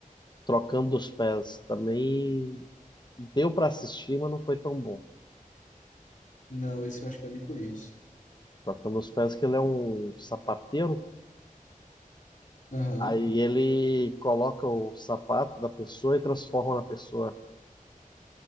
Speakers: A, on the left; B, on the left.
A: Trocando os Pés. Também deu para assistir, mas não foi tão bom.
B: Não, esse eu acho que eu nem conheço.
A: Trocando os Pés, que ele é um sapateiro
B: Aham.
A: Aí ele coloca o sapato da pessoa e transforma na pessoa.